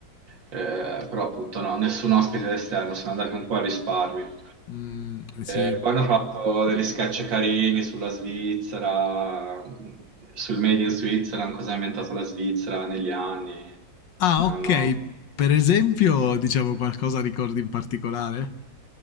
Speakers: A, on the right; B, on the left.
A: Eh, però appunto no, nessun ospite esterno, sono andati un po' a risparmio.
B: mm, sì.
A: Eh, poi hanno fatto degli sketch carini sulla Svizzera, sul Made in Switzerland, cosa ha inventato la Svizzera negli anni,
B: Ah,
A: che
B: ok,
A: hanno
B: per esempio, diciamo qualcosa ricordi in particolare?